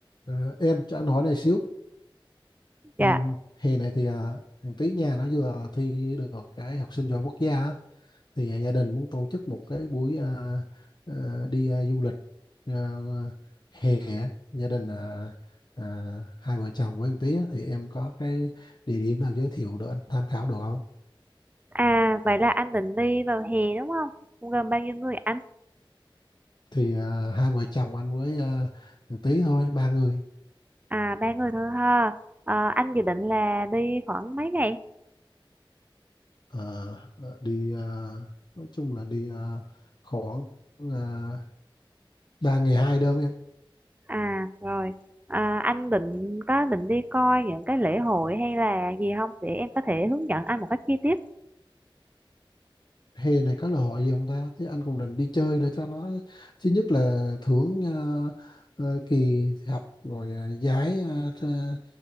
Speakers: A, on the left; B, on the right.
A: Ờ, em cho anh hỏi này xíu
B: Dạ,
A: ừ, hè này thì à, thằng tí nhà nó vừa thi được cái học sinh giỏi quốc gia á. thì à, gia đình muốn tổ chức một cái buổi à, à, đi à, du lịch à, hè á. gia đình à, à, hai vợ chồng với thằng tí á, thì em có cái địa điểm nào giới thiệu để anh tham khảo được không
B: à vậy là anh định đi vào hè đúng không? Cũng Gồm bao nhiêu người anh?
A: thì à, hai vợ chồng anh với à, thằng tí thôi ba người
B: À ba người thôi ha. Ờ, anh dự định là đi khoảng mấy ngày?
A: Ờ, đi à, nói chung là đi à, khoảng à, ba ngày hai đêm em
B: À rồi, à, anh định có định đi coi những cái lễ hội hay là gì không để em có thể hướng dẫn anh một cách chi tiết.
A: hè này có lễ hội gì không ta thế anh cũng định đi chơi để cho nó thứ nhất là thưởng ờ, ờ, kỳ học rồi ờ, giải ờ, tra-